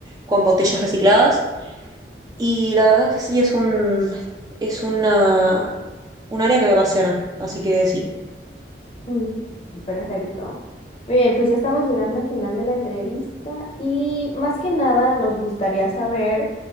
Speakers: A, on the right; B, on the left.
A: con botellas recicladas. Y la verdad que sí, es un, es una, un área que me apasiona. Así que sí.
B: Mm, Perfecto. Muy bien, pues ya estamos llegando al final de la entrevista y más que nada nos gustaría saber,